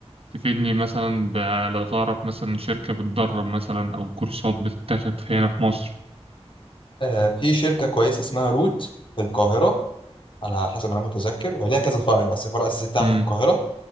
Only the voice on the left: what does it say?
آه في شركة كويسة اسمها روت في القاهرة على حسب ما أنا متذكر ليها كذا فرع بس الفرع الأساسي بتاعها
في القاهرة